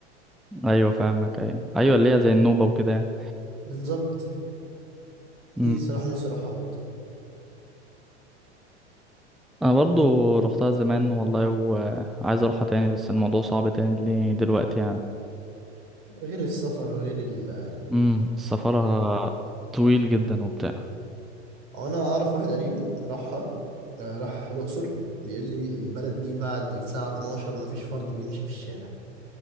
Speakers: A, in the centre; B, on the right (about 55°).
A: ايوه فاهمك ايوه ايوه اللي هي زي النوبة وكده يعني
B: بالظبط
A: مم.
B: دي صراحة نفسي أروحها برضه
A: انا برضو روحتها زمان والله وعايز اروحها تاني بس الموضوع صعب تاني لي دلوقتي يعني
B: غير السفر وغير البهدلة
A: امم سفرها طويل جدا وبتاع
B: هو أنا أعرف واحد قريبي راحها آه، راح الأقصر بيقول لي البلد دي بعد الساعة 12 مفيش فرد بيمشي في الشارع